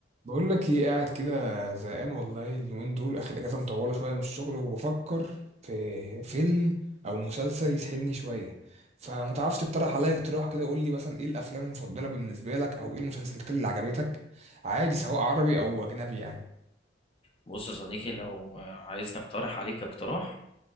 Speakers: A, on the right (about 35°); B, on the left (about 30°).
A: بقول لك ايه قاعد كده زهقان والله اليومين دول اخد اجازه مطوله شويه من الشغل وبفكر في فيلم او مسلسل يسحلني شويه فما تعرفش تقترح عليا اقتراح كده قول لي مثلا ايه الافلام المفضله بالنسبه لك او ايه المسلسلات اللي عجبتك عادي سواء عربي او اجنبي يعني
B: بص يا صديقي لو عايزني اقترح عليك اقتراح